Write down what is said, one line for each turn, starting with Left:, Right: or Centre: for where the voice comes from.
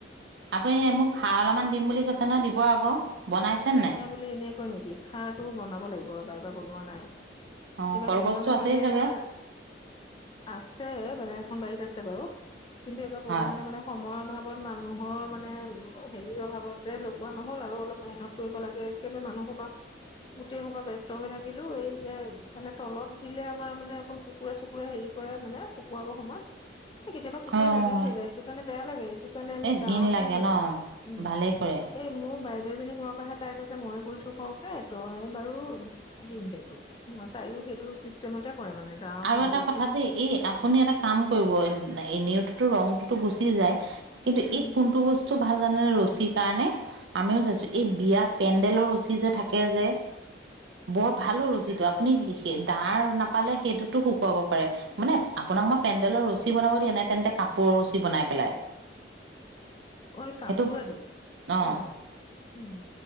Right: আপুনি মোক খাৰ অলপমান দিম বুলি কৈছ তেনে দিব আকৌ, বনাইছেনে নাই?
Left: এনে কয় নেকি, খাৰটো বনাব লাগিব ৰ'বা, এইবাৰ বনোৱা নাই।
Right: অঁ
Left: এইবাৰ
Right: কলগছটো
Left: বনোৱা নাই
Right: আছেই
Left: মানে,
Right: চাগে
Left: এইবাৰ আছে, বেলেগ এখন বাৰীত আছে বাৰু, কিন্তু এবাৰ
Right: হয়
Left: বনোৱা নাই মানে সময়ৰ অভাৱত মানুহৰ মানে, হেৰিৰ অভাৱতে লোৱা নহ'ল আৰু, অলপ মেহনত কৰিব লাগে। একেবাৰে মানুহসোপা গোটেই সোপা ব্যস্ত হৈ থাকিলো, এই যে মানে তলত দিলে আমাৰ মানে অকল কুকুৰে-চুকুৰে হেৰি কৰে মানে, শুকুৱাবৰ সময়ত। কেতিয়াবা কুকুৰে
Right: অঁ
Left: হাগিও থৈ যায়। সেইটো কাৰণে বেয়া লাগে, সেইটো কাৰণে আমি
Right: এই
Left: দাৱত
Right: ঘিণ লাগে
Left: দিওঁ মানে।
Right: ন
Left: উম
Right: ভালেই কৰে
Left: এই মোৰ বাইদেও এজনীৰ ঘৰৰ পৰাহে, তাই কৈছে মইয়ে কৰিছো সৰহকে তই বাৰু দিম, দে তোক সেইটো তাইয়ো সেইটো চিষ্টেমতে কৰে মানে। দাৱত
Right: আৰু
Left: মেলি
Right: এটা কথা দেই, এই আপুনি এটা কাম কৰিব, এনেটোতো ৰংটোতো গুচি যায়। কিন্তু
Left: দিয়ে
Right: এই কোনটো বস্তু ভাল জানেনে, ৰছীৰ কাৰণে, আমিও চাইছোঁ এই বিয়া পেণ্ডেলৰ ৰচি যে, থাকে যে বৰ ভাল অ, ৰচিটো, আপুনি ডাৰ নাপালে সেইটোতো শুকুৱাব পাৰে। মানে আপোনাক মই পেণ্ডেলৰ ৰছী বনাব দিয়া নাই, তেন্তে কাপোৰৰ ৰছী বনাই পেলাই
Left: অ, এই কাপোৰ
Right: সেইটো
Left: দি
Right: অঁ
Left: অ, উম